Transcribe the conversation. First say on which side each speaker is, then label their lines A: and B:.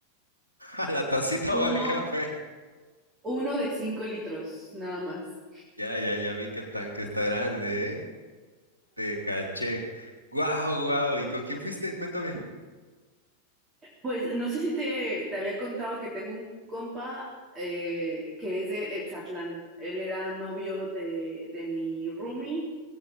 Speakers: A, on the right; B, on the right.
A: <laughs> A la tacita o
B: Uno,
A: al café.
B: uno de cinco litros, nada más.
A: Ya, ya, ya vi que el tanque está grande, ¿eh? Te caché. ¡Guau, guau! ¿Y con quién fuiste? Cuéntame.
B: Pues no sé si te, te había contado que tengo un compa eh, que es de Etzatlán. Él era novio de, de mi roomie